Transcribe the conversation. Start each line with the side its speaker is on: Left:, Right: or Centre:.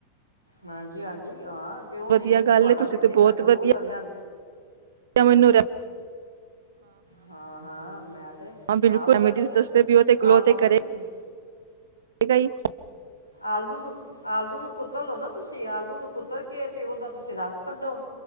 Left: ਹਾਂਜੀ ਹਾਂਜੀ ਹਾਂ ਕਿਉਂ
Right: ਵਧੀਆ
Left: ਨਹੀਂ ਮੂੰਹ
Right: ਗੱਲ
Left: ਤੁਹਾਡਾ
Right: ਏ ਤੁਸੀਂ
Left: ਵੇਖ
Right: ਤੇ
Left: ਕਿੰਨਾ
Right: ਬਹੁਤ
Left: ਗਲੋ
Right: ਵਧੀਆ
Left: ਕਰਨਾ।
Right: ਮੈਨੂੰ
Left: ਹਾਂ ਹਾਂ। ਮੈਂ ਤੇ
Right: ਹਾਂ ਬਿਲਕੁਲ,
Left: ਆਪ
Right: ਰੈਮਡੀਜ
Left: ਕਰਦੀ ਆ
Right: ਦੱਸਦੇ ਪਏ ਓ ਤੇ ਗਲੋ
Left: ਆਲੂ
Right: ਤੇ
Left: ਨੂੰ
Right: ਕਰੇਗਾ
Left: ਤੁਸੀਂ
Right: ਹੀ।
Left: ਆਲੂ ਨੂੰ, ਆਲੂ ਨੂੰ ਕੁੱਟ ਲੋ ਤੁਸੀਂ ਆਲੂ ਨੂੰ ਕੁੱਤਰ ਕੇ ਤੇ ਓਦਾ ਤੁਸੀਂ ਰਸ ਕੱਢੋ,